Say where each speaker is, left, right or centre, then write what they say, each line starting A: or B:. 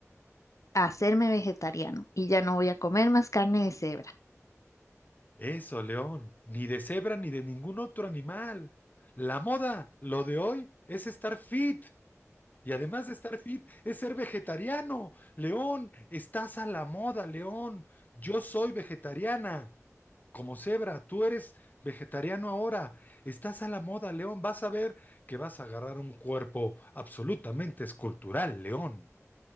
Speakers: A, on the left (about 80°); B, on the left (about 35°).
A: hacerme vegetariano y ya no voy a comer más carne de cebra.
B: Eso, León, ni de cebra ni de ningún otro animal. La moda, lo de hoy, es estar fit. Y además de estar fit, es ser vegetariano. León, estás a la moda, León. Yo soy vegetariana. Como cebra, tú eres vegetariano ahora. Estás a la moda, León. Vas a ver que vas a agarrar un cuerpo absolutamente escultural, León.